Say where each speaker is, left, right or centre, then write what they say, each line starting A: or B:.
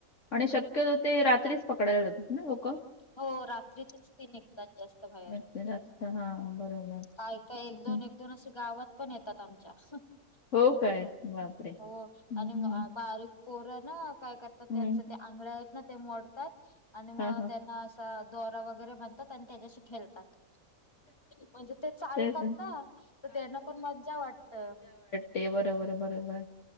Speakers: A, on the left; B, on the left.
A: आणि शक्यतो ते रात्रीच पकडायला जातात ना लोकं?
B: हो, रात्रीचीच ती निघतात जास्त बाहेर.
A: जास्त जास्त. हा बरोबर
B: काय त्या एक
A: हम्म.
B: दोन, एक दोन असं गावात पण येतात आमच्या. <inaudible>
A: हो काय बापरे
B: हो
A: हम्म
B: आणि
A: हम्म
B: बारीक पोर ना काय करतात,
A: हम्म
B: त्यांच ते आंगळ आहेत ना ते मोडतात आणि मग
A: हा हा
B: असं दोरा वगैरे बानतात आणि त्याच्याशी खेलतात. म्हणजे ते चालतात
A: तेच
B: ना, तर त्यांना पण मज्जा वाटत.
A: ते बरोबर बरोबर.